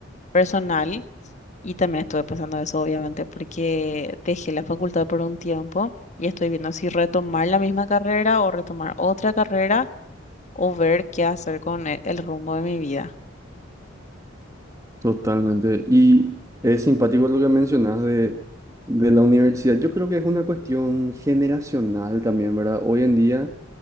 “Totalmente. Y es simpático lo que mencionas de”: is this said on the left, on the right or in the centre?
Right